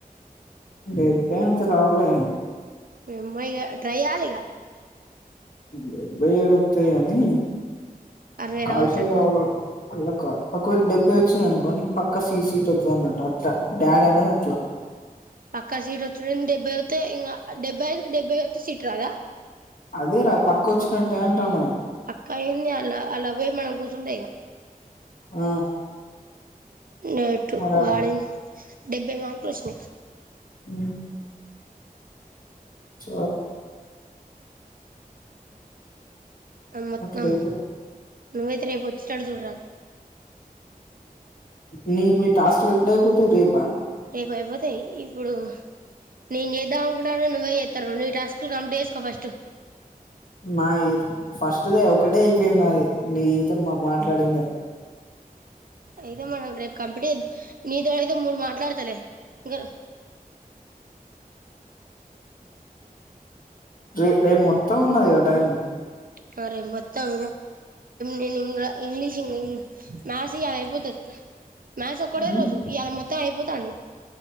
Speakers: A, on the left; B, on the right.
A: ెబ్బేంత రావలే
B: ఇక ట్రై చేయ్యాలి ఇక
A: డెబ్బై ఏడు వత్తాయ అని
B: అరవై
A: కాలుసాయి
B: రావచ్చంటవా
A: కావాల అల్లకా ఒకవేళ డెబ్బై వచ్చింది అనుకో నీకు పక్క సీ సీట్ వతుంది అన్నట్టు అట్లా డాడ అన్నది అట్లా
B: పక్క సీట్ వచ్చ డెబ్బైవత్ ఇం డెబ్బై ఐదుకి డెబ్బైవత్ సీట్ రాదా
A: అదే రా పక్క వచ్చ నట్టే అంటన్న
B: అక్క అయింది అలా అలా అవే మనం కూర్చుంటేయి ఇక
A: ఆ
B: నేటు
A: మరి ఆ
B: వాడి డెబ్బై మార్క్ ప్రశ్న
A: ఆ చ
B: మొత్తం
A: అట్లయితే
B: నువ్వైతే రేపు వచ్చినాడు చూరాదు
A: నీ మీ టాస్క్లు ఎప్పుడైపోతే రేపా
B: ఇప్పుడు అయిపోతాయి ఇప్పుడు నేను చేద్దాం అనుకుంటన్నా నువ్వే చేస్తారు నీవు టాస్కులు కంప్లీట్ చేసుకో ఫస్ట్
A: నా ఈత ఫస్ట్దే ఒకటే అయిపోయింది నాది నీ ఐతుంది మా మాట్లాడింద
B: అయితే మనం రేపు కంపె నీతి ఇ మూడు మాట్లాడతలే ఇకా
A: రే రేపు మొత్తం ఉన్నది కద టైము
B: సరే మొత్తాం నేను ఇంగ ఇంగ్లీష్ మ్యాథ్స్ ఇగ అయిపోతాది మ్యాథ్స్ ఒకడే
A: ఉమ్,
B: రజు ఇయ మొత్త అయిపో స్తా నీ